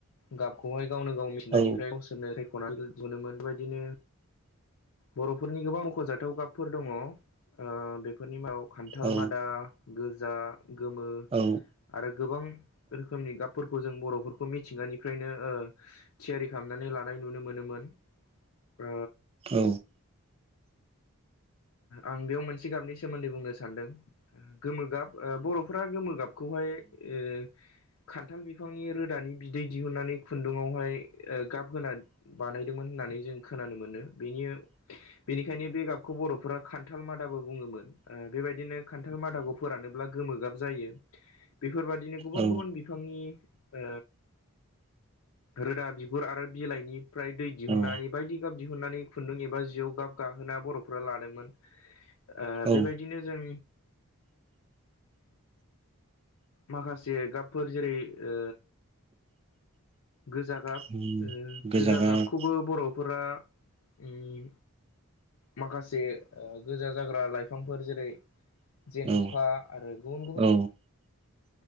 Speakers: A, on the left; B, on the right.
A: गाबखौहाय गावनो गाव मिथिंगानिफ्राय
B: औ
A: नो सायख'नानै दिहुनोमोन बेबायदिनो बर'फोरनि गोबां मख'जाथाव गाब फोर दङ ओ बेफोरनि मादाव खान्थाल
B: औ
A: मादा गोजा गोमो
B: औ
A: आरो गोबां रोखोमनि गाब फोरखौ जों बर'फोरखौ मिथिंगानिफ्रायनो थियारि खालामनानै लानाय नुनो मोनोमोन। ओ
B: औ
A: आं बेयाव मोनसे गाबनि सोमोन्दै बुंनो सानदों ओ गोमो गाब ओ बर'फोरा गोमो गाबखौहाय ओ खान्थाल बिफांनि रोदानि बिदै दिहुननानै खुन्दुआवहाय ओ गाबहोना बानायदोंमोन होननानै जों खोनानो मोनो बेनि बेनिखायनो बे गाबखौ बर'फोरा खान थाल मादाबो बुङोमोन ओ बेबायदिनो खानथाल मादाखौ फोरानोब्ला गोमो गाब जायो बेफोरबादिनो गुबुन
B: औ
A: गुबुन बि फांनि ओ रोदा बिगुर आरो बिलाइनि ओमफ्राय दै दिहुननानै
B: औ
A: बायदि गाब दिहुननानै नै खुन्दुं एबा जिव गाब गाहोना बर'फोरा लादोंमोन ओ
B: औ
A: बेबायदिनो जों माखासे गाबफोर जेरै ओ गोजा गाब
B: उम,
A: ओ गोजा
B: गाब
A: गाबखौबो बर'फोरा उम माखासे ओ गोजा जाग्रा लाइफांफोर जेरै जेनथ'खा
B: औ
A: आरो गुबुन गुबुन
B: औ